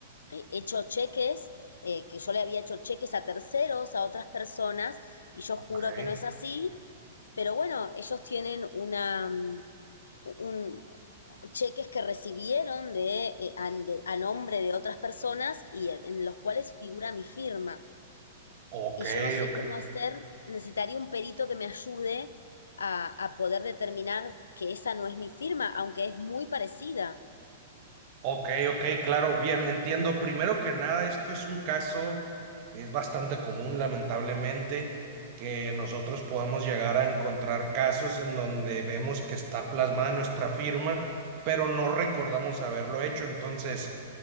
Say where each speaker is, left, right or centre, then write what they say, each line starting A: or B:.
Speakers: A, on the left; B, on the right.
A: eh, hecho cheques, eh, que yo le había hecho cheques a terceros, a otras personas, y yo
B: ok,
A: juro que no es así, pero bueno, ellos tienen una, mm, un, cheques que recibieron de, eh, an- de- a nombre de otras personas y en en los cuales figura mi firma
B: ok,
A: y yo no sé
B: ok.
A: cómo hacer, necesitaría un perito que me ayude a, a poder determinar que esa no es mi firma, aunque es muy parecida.
B: Ok, ok, claro, bien, entiendo. Primero que nada, esto es un caso, es bastante común, lamentablemente, que nosotros podamos llegar a encontrar casos en donde vemos que está plasmada nuestra firma, pero no recordamos haberlo hecho. Entonces,